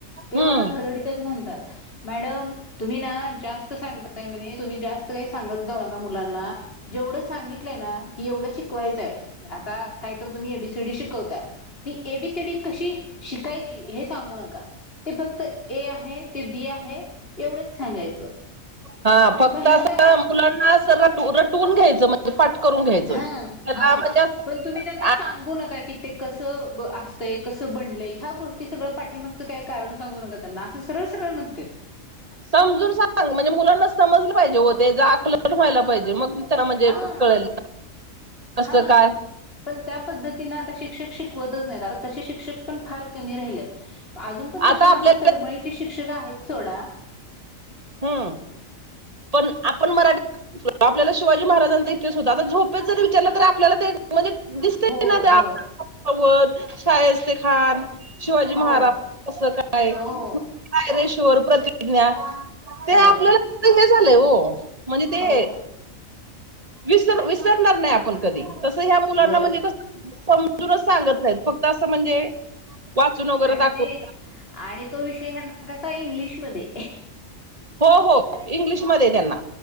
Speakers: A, on the left (about 45°); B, on the right (about 25°).
A: ते
B: हम्म
A: मला धडधडीतच म्हणतात. मॅडम तुम्ही ना जास्त सांगताय म्हणे तुम्ही जास्त काही सांगत जाऊ नका मुलांना... जेवढं सांगितलंय ना... ही एवढं शिकवायचं आहे आता काहीत तुम्ही एबीसीडी शिकवता ती एबीसीडी कशी.... शिकायची हे सांगू नका ते फक्त ए आहे ते बी आहे.... एवढंच सांगायचं....
B: हा फक्त
A: मग ह्याला
B: अस
A: काय अर्थ
B: मुलांना अस र रटवून घ्यायचं म्हण... तोंड पाठ करून घ्यायचं
A: हां,
B: त्याला
A: हां.
B: म्हणजे
A: पण तुम्ही त्यांना
B: अस....
A: सांगू नका क ते कस असतय कसं बनलय ह्या गोष्टी सगळं पाठीमाग... काही कारण सांगू नका त्यांना असं सरळ सरळ म्हणते..
B: समजून सांग म्हणजे मुलांना समजलं पाहिजे हो ते ज आकलन व्हायला पाहिजे मग... सगळ म्हणजे
A: हां,
B: कळेल कसं
A: हां.
B: काय?
A: पण त्या पद्धतीने आता शिक्षक शिकवतच नाहीत आता तसे शिक्षक पण फार कमी राहिलेत..... अजून पण तसे
B: आता आपल्याला
A: मात्र तळमळीची शिक्षक आहेत सोडा...
B: हा पण आपण मराठी आपल्याला शिवाजी महाराजांचा इतिहास होता आता झोपेच जर विचारलं तर आपल्याला ते म्हणजे दिसत
A: होय,
B: ना ते
A: होय.
B: आपवत शायस् खान शिवाजी महाराज
A: हो,
B: असं काय काय
A: हो,
B: रेशवर प्रतिज्ञा ते
A: हो,
B: आपल्याला हे झालंय हो म्हणजे ते
A: हो,
B: विसर विसरणार नाही आपण कधी तसं ह्या मुलांना
A: होय.
B: म्हणजे कस समजूनच सांगत नाहीत फक्त असं म्हणजे वाचून वगैरे
A: आणि
B: दाखवून
A: ते आणि तो विषय हना कसा इंग्लिशमध्ये
B: हो हो इंग्लिशमध्येध्ये त्यांना